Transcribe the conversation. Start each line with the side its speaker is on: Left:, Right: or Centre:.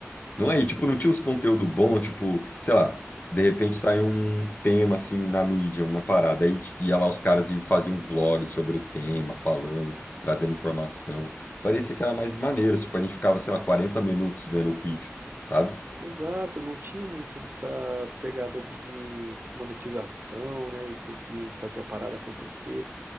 Left: Não é? E, tipo, não tinha uns conteúdo bom, tipo, sei lá, de repente sai um tema, assim, na mídia, uma parada, aí t- ia lá os caras e faziam um vlog sobre o tema, falando, trazendo informação. Parecia que era mais maneiro, tipo, a gente ficava, sei lá, quarenta minutos vendo o vídeo, sabe?
Right: Exato, não tinha muito essa pegada de monetização, né, e ter que fazer a parada acontecer.